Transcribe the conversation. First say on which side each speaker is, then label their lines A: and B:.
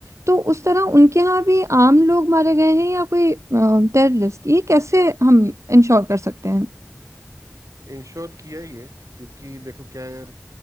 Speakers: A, on the right; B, on the right.
A: तो उस तरह उनके यहाँ भी आम लोग मारे गए हैं या कोई टेररिस्ट ये कैसे हम इंश्योर कर सकते हैं
B: इंश्योर किया ही है क्योंकि देखो क्या है यार